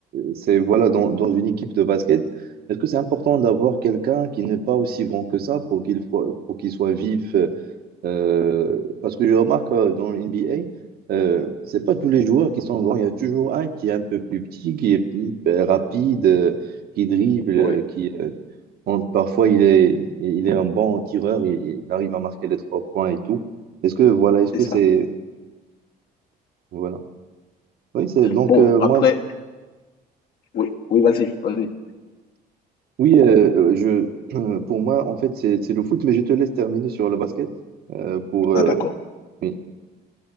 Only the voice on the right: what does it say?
C'est voilà dans, dans une équipe de basket, est-ce que c'est important d'avoir quelqu'un qui n'est pas aussi grand que ça pour qu'il faut- pour qu'il soit vif euh, parce que je remarque euh, dans le NBA, euh, c'est pas tous les joueurs qui sont grands, il y a toujours un qui est un peu plus petit, qui est euh, rapide, euh, qui dribble,
euh, qui euh, bon, parfois il est il est un bon tireur, il, il arrive à marquer les trois points et tout. Est-ce que voilà, est-ce
que
c'est voilà. Oui, c'est donc
euh,
moi
Oui, euh, je, euh, pour moi, en fait, c'est c'est le foot, mais je te laisse terminer sur le basket euh, pour. euh,
oui.